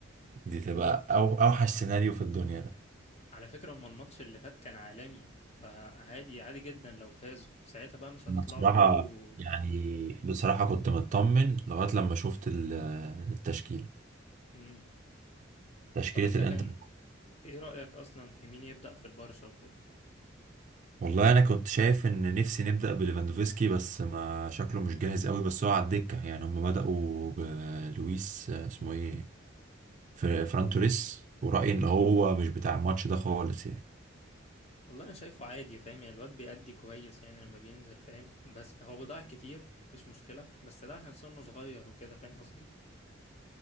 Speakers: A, on the right; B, on the left.
A: دي تبقى أو اوحش سيناريو في الدنيا
B: على فكرة هما الماتش اللي فات كان عالمي فعادي عادي جدا لو فازوا ساعتها بقى مش هتطلعوا
A: أنا بصراحة
B: تقولوا
A: يعني بصراحة كنت مطمن لغاية لما شفت ال- التشكيلة
B: مم.
A: تشكيلة
B: طب انت
A: الانتر
B: كان ايه رأيك اصلا في مين يبدأ في البرشا وكده
A: والله أنا كنت شايف إن نفسي نبدأ بليفاندوفسكي بس ما شكله مش جاهز قوي بس هو على الدكة يعني هم بدأوا بلويس آه، اسمه إيه فر- فران توريس ورأيي إن هو مش بتاع الماتش ده خالص يعني
B: والله انا شايفه عادي فاهم يعني الواد بيأدي كويس يعني لما بينزل فاهم بس هو بيضيع كتير مفيش مشكلة بس ده عشان سنه صغير وكده فاهم قصدي